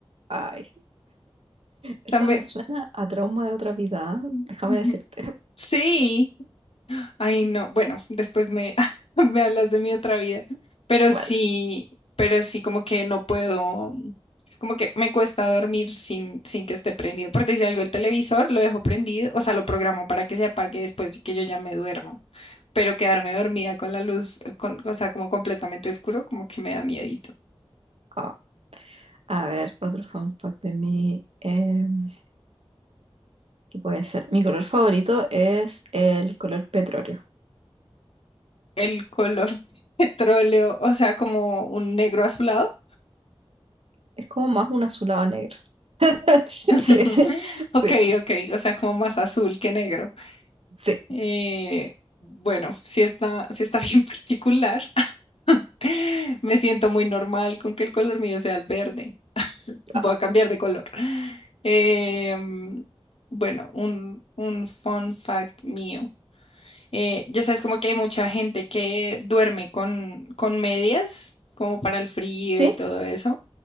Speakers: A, on the right; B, on the left.
A: Ay,
B: O
A: eso
B: sea, me-
A: me suena a trauma de otra vida. ¿ah? Déjame
B: <laughs>
A: decirte.
B: sí. Ay, no, bueno, después me, <laughs> me hablas de mi otra vida, pero
A: <laughs> Vale.
B: sí, pero sí, como que no puedo, como que me cuesta dormir sin, sin que esté prendido. Por decir algo, el televisor lo dejo prendido, o sea, lo programo para que se apague después de que yo ya me duermo, pero quedarme dormida con la luz, eh, con, o sea, como completamente oscuro, como que me da miedito.
A: Ah, a ver, otro fun fact de mí. em, ¿qué puede ser? Mi color favorito es el color petróleo.
B: El color <laughs> petróleo, o sea, como un negro azulado.
A: Es como más un azulado negro. <laughs>
B: <laughs>
A: Sí, sí,
B: Ok, ok, o sea, como más azul que negro.
A: sí.
B: Eh, bueno, si está, sí está bien <laughs> particular. <laughs> Me siento muy normal con que el color mío sea el verde. Voy
A: Ah,
B: a cambiar de color. Eh, mm, bueno, un, un fun fact mío. Eh, ya sabes, como que hay mucha gente que duerme con, con medias, como para el frío
A: sí,
B: y todo eso.